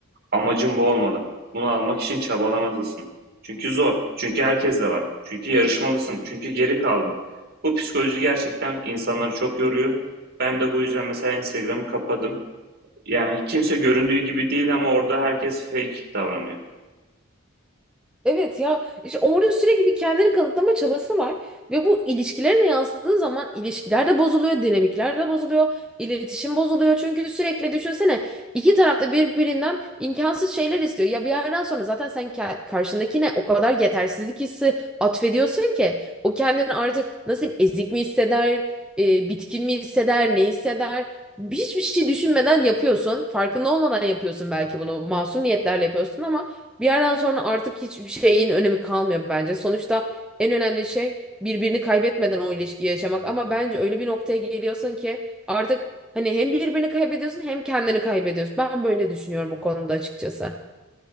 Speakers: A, on the right; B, in the centre.
A: Amacın bu olmalı. Bunu almak için çabalamalısın. Çünkü zor. Çünkü herkes de var. Çünkü yarışmalısın. Çünkü geri kaldın. Bu psikoloji gerçekten insanları çok yoruyor. Ben de bu yüzden mesela Instagram'ı kapadım. Yani kimse göründüğü gibi değil ama orada herkes fake davranıyor.
B: Evet ya işte orada sürekli bir kendini kanıtlama çabası var ve bu ilişkilere de yansıdığı zaman ilişkiler de bozuluyor, dinamikler de bozuluyor, iletişim bozuluyor. Çünkü sürekli düşünsene iki tarafta birbirinden imkansız şeyler istiyor. Ya bir yerden sonra zaten sen ke- karşındakine o kadar yetersizlik hissi atfediyorsun ki o kendini artık nasıl diyeyim, ezik mi hisseder, e, bitkin mi hisseder, ne hisseder? Hiçbir şey düşünmeden yapıyorsun. Farkında olmadan yapıyorsun belki bunu. Masum niyetlerle yapıyorsun ama bir yerden sonra artık hiçbir şeyin önemi kalmıyor bence. Sonuçta en önemli şey birbirini kaybetmeden o ilişkiyi yaşamak. Ama bence öyle bir noktaya geliyorsun ki artık hani hem birbirini kaybediyorsun hem kendini kaybediyorsun. Ben böyle düşünüyorum bu konuda açıkçası.